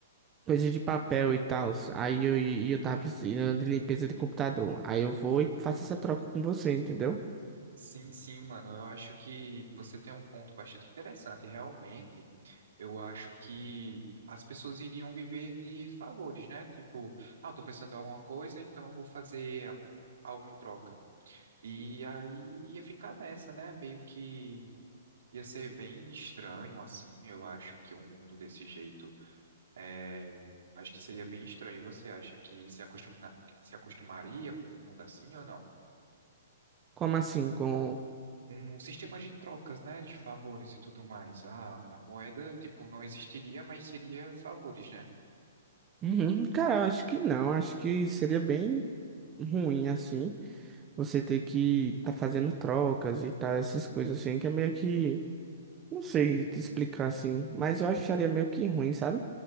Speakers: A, on the right; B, on the right.
A: coisas de papel e tal. Aí eu, e eu tava precisando de limpeza de computador. Aí eu vou e faço essa troca com você, entendeu?
B: Sim, sim, mano. Eu acho que você tem um ponto bastante interessante. Realmente, eu acho que as pessoas iriam viver de favores, né? Tipo, ah, eu tô precisando de alguma coisa, então vou fazer algo em troca. E aí ia ficar nessa, né? Meio que ia ser bem estranho, assim. Eu acho que um mundo desse jeito é. Acho que seria bem estranho. Você acha que se acostuma... se acostumaria com um mundo assim ou não?
A: Como assim? Com.
B: um sistema de trocas, né, de favores e tudo mais. Ah, a moeda, tipo, não existiria, mas seria favores, né?
A: Uhum, cara, eu acho que não. Acho que seria bem ruim assim. você ter que tá fazendo trocas e tal, essas coisas assim, que é meio que, não sei te explicar assim, mas eu acharia meio que ruim, sabe?